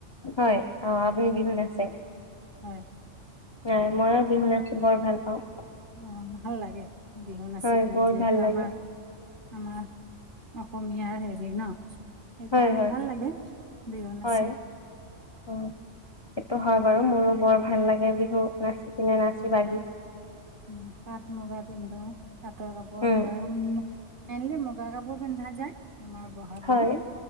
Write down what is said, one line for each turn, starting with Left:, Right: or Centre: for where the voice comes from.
Left: হয় অ আপুনি বিহু নাচে
Right: হয়
Left: নাই ময়ো বিহু নাছো বৰ ভাল পাওঁ
Right: অ ভাল লাগে বিহু নাচি
Left: হয়
Right: কিনে
Left: বহুত
Right: যিহেতু
Left: ভাল লাগে
Right: আমাৰ আমাৰ অসমীয়াৰ হেৰি ন সেইকাৰণে
Left: হয় হয়
Right: ভাল লাগে বিহু নাচি
Left: হয় অ সেইটো হয় বাৰু মোৰো বৰ ভাল লাগে বিহু নাচি কিিনে নাচি বাগি
Right: উ পাট মুগা পিন্ধো পাটৰ কাপোৰ
Left: উম
Right: মুগা মেইনলি মুগা কাপোৰ পিন্ধা যায় আোমাৰ বহাগ
Left: হয়
Right: বিহুত